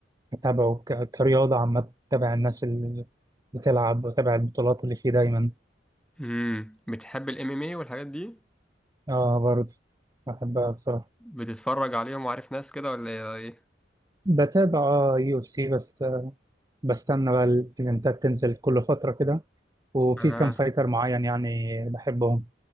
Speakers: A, on the right; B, in the centre.
A: أتابعه ك- كرياضة عامة أتابع الناس اللي بتلعب وأتابع البطولات اللي فيه دايما
B: امم بتحب الام ام اي والحاجات دي
A: اه برضه بحبها بصراحة
B: بتتفرج عليهم وعارف ناس كده ولا ايه
A: بتابع اه يو اف سي بس آه، بستنى بقى الإيفنتات تنزل كل فترة كده وفي
B: اها
A: كام فايتر معين يعني بحبهم